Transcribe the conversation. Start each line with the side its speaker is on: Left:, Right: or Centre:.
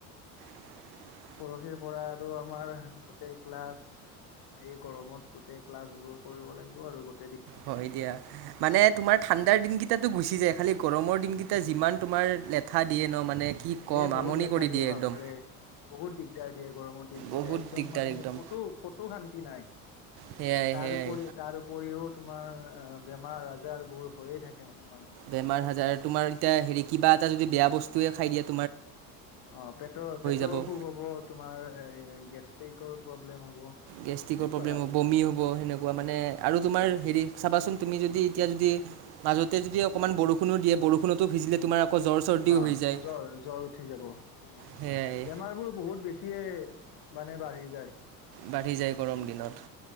Right: <inaudible>
Left: পৰহিৰ পৰা আৰু আমাৰ গোটেই ক্লাছ এই গৰমত গোটেই ক্লাছ বোৰ কৰিব লাগিব আৰু গ।
Right: হয় দিয়া মানে তোমাৰ ঠাণ্ডাৰ দিনকেইতাতো গুচি যায় খালি গৰমৰ দিনকেইটা যিমান। তোমাৰ লেঠা দিয়ে ন মানে। কি ক'ম
Left: এ বহুত
Right: আমনি
Left: লেঠা
Right: কৰি
Left: দিয়ে বাপৰে।
Right: একদম
Left: বহুত দিগদাৰ দিয়ে গৰমৰ দিনকেইটা
Right: বহুত
Left: একদম
Right: দিগদাৰ
Left: মানে
Right: একদম
Left: কতো কতো শান্তি নাই।
Right: সেয়াই
Left: তাৰপৰি
Right: সেয়াই
Left: তাৰ উপৰিও তোমাৰ বেমাৰ আজাৰ বোৰ হৈয়ে থাকে। মানে মানুহৰ
Right: বেমাৰ হাজাৰ তোমাৰ এতিয়া হেৰি কিবা এটা যদি বেয়া বস্তুয়ে খাই দিয়াত।
Left: অ পেটৰ, পেটৰ
Right: যাব
Left: অসুখ হ'ব তোমাৰ গেছ। কৰ প্ৰব্লেম হ'ব।
Right: গেষ্টিকৰ
Left: তেনেকুৱা
Right: প্ৰব্লেম
Left: আৰু
Right: হ'ব বমি হ'ব সেনেকুৱা মানে
Left: বমি
Right: আৰু তোমাৰ
Left: হ'ব
Right: হেৰি চাবাচোন তুমি যদি এতিয়া যদি। মাজতে যদি অকণমান বৰষুণ দিয়ে বৰষুণোিজিলে তোমাৰ আকৌ জ্বৰ। চৰ্দিও
Left: অ
Right: হৈ যায়
Left: জ্বৰ, জ্বৰ উঠি যাব তেনেকুৱা
Right: সেয়াই
Left: বেমাৰ বোৰ বহুত বেছিয়ে মানে বাঢ়ি যায়
Right: বাঢ়ি যায় গৰম দিনত
Left: উ